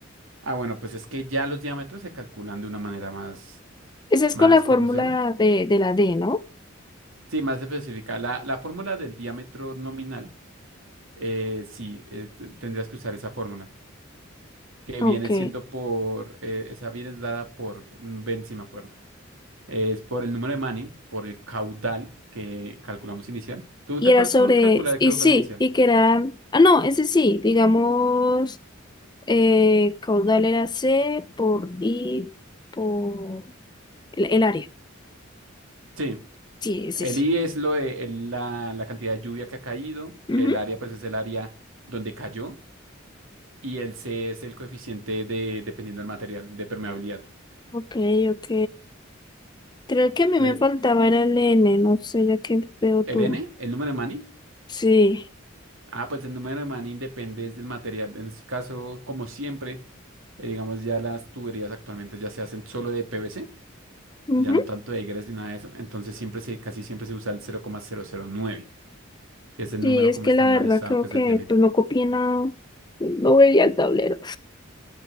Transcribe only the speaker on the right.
Ah, bueno, pues es que ya los diámetros se calculan de una manera más,
más,
¿cómo se llama?
Sí, más específica. La, la fórmula del diámetro nominal, eh, sí, eh, t- tendrías que usar esa fórmula, que
viene siendo por, eh, esa viene dada por, mm, ven si me acuerdo, es por el número de Manning, por el caudal que calculamos inicial. ¿Tú
te acuerdas
cómo calcular el
caudal
inicial?
Sí,
el
I es lo de, el- la, la cantidad de lluvia que ha caído,
el área pues es el área donde cayó y el C es el coeficiente de, dependiendo del material, de permeabilidad.
Entonces,
El N, el número de Manning
Ah, pues el número de Manning depende es del material. En este caso, como siempre, eh, digamos ya las tuberías actualmente ya se hacen solo de PVC
y ya no tanto de egres ni nada de eso. Entonces siempre se, casi siempre se usa el cero coma cero cero coma nueve, que es el
número
como
estandarizado
que
se tiene.